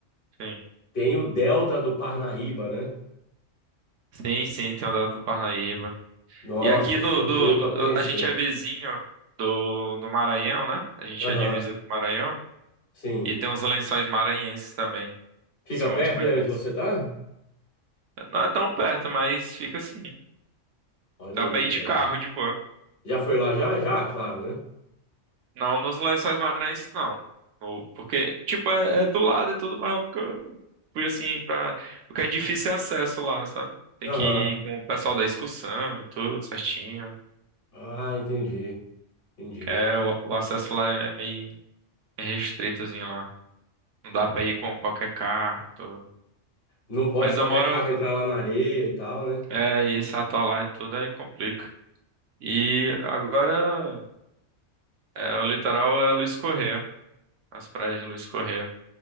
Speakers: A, on the right; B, on the left.
A: sim.
B: Tem o Delta do Parnaíba, né?
A: Sim, sim, tem andado do Parnaíba.
B: Nossa,
A: E aqui
B: eu
A: do,
B: sou
A: do.
B: doido para conhecer.
A: A gente é vizinho do, do Maranhão, né? A gente
B: Aham,
A: é divisa com o Maranhão.
B: sim.
A: E tem uns lençóis maranhenses também,
B: Fica
A: que são
B: perto
A: muito bonitos.
B: de onde você tá?
A: Não é tão perto, mas fica assim.
B: Olha
A: Dá
B: aí
A: pra
B: que
A: ir de
B: legal.
A: carro de boa.
B: Já foi lá já? Já, claro, né?
A: Não nos Lençóis Maranhenses, não. Ou- Porque, tipo, é, é do lado e tudo, mas eu nunca fui assim pra. Porque é difícil acesso lá, sabe? Tem
B: Aham.
A: que ir com o pessoal da excursão e tudo, certinho.
B: Ah, entendi. Entendi.
A: Que é, o, o acesso lá é meio restritozinho lá. Não dá pra ir com qualquer carro e tudo.
B: Não pode
A: Mas
B: qualquer
A: eu moro.
B: carro entrar lá na areia e tal, né?
A: É isso, atolar e tudo, aí complica. E agora é, o litoral é Luiz Correia. As praias de Luiz Correia.